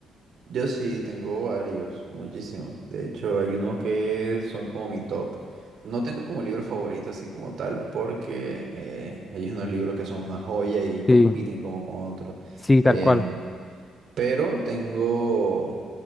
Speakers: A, on the right; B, on the left.
A: Yo sí tengo varios, muchísimos. De hecho, hay unos que son como mi top. No tengo como libro favorito así como tal, porque eh, hay unos libros que son una joya y compiten
B: Sí,
A: como con otros.
B: sí, tal
A: Em,
B: cual.
A: pero tengo,